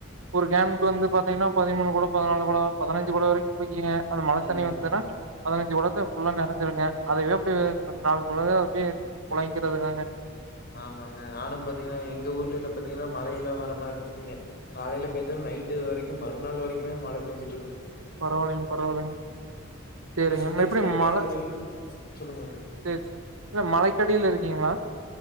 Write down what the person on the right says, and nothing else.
ஒரு கேன்க்கு வந்து பாத்தீங்னா பதிமூணு குடம் பதினாலு குடம் பதினைஞ்சு குடம் வரைக்கும் பிடிக்குங்க அ மழ
தண்ணி வந்துனா
பதினஞ்சு குடம் ஃபுல்லா நெறைஞ்சுருங்க அது எப்டி நாள் பொழுது அப்டியே புழைக்கிறதுதாங்க
பரவாலிங்க பரவாலிங்க செரிங்க
நம்ம எப்டி
மலை
செரி செரி இல்ல மலைக் அடியில இருக்கீங்ளா